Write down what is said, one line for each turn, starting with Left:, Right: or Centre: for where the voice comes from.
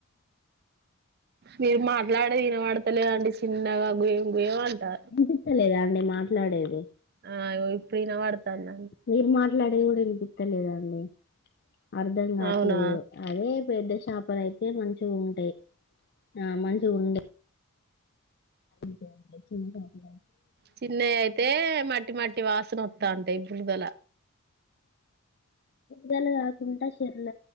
Right: మీరు మాట్లాడేది ఇనబడతలేదండి చిన్నగా గుయ్ గుయ్ అంటా
Left: వినిపిస్తలేదా అండి మాట్లాడేది?
Right: ఆ ఇగో ఇప్పుడు వినపడుతాంది
Left: మీరు మాట్లాడేది గుడ వినిపిత్త లేదండీ. అర్ధం కాట్లేదు,
Right: అవునా
Left: అది పెద్ద చేపలు అయితే మంచిగ ఉంటయి. ఆ మంచిగ ఉండ అంతే అండి చిన్న చాపలు
Right: చిన్నయి అయితే మట్టి మట్టి వాసన వఅత్తాంటయి బిడుదల
Left: బన కాకుండా చర్ల